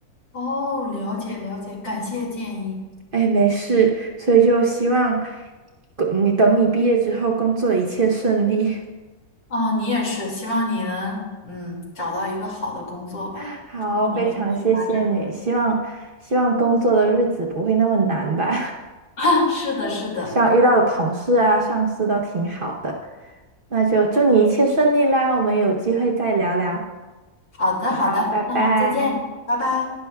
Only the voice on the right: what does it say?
哎，没事，所以就希望你等你毕业之后工作一切顺利。
<laughs> 好，
非常谢谢你，希望希望工作的日子不会那么难吧，
<laughs> 希望遇到的同事啊、上司都挺好的。那就祝你一切顺利啦，我们有机会再聊聊。
好，拜拜。